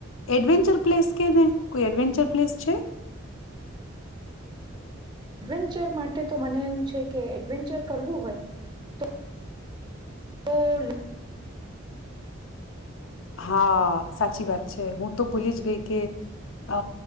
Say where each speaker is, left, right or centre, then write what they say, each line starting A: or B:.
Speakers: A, on the left; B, on the right.
A: એડવેન્ચર પ્લેસ કે ને કોઈ એડવેન્ચર પ્લેસ છે.
B: એડવેન્ચર માટે તો મને એવું છે કે એડવેન્ચર કરવું હોય તો. ઓલ.
A: હા સાચી વાત છે હું તો ભૂલી જ ગઈ કે અ